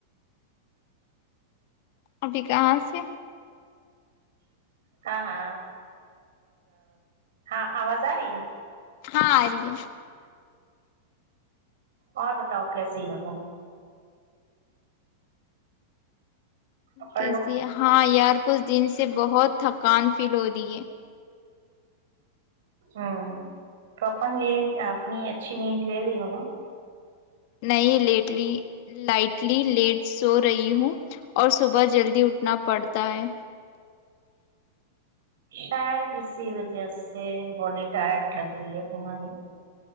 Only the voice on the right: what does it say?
کہا ہاں آواز آ رہی ہے
اور بتاؤ کیسی ہو تم پکڑ
لو
ہمم تو تم یے اپنی اچھی نیند لے رہی ہو نا
شاید اسی وجہ سے باڈی ٹائٹ لگ رہی ہے تمہاری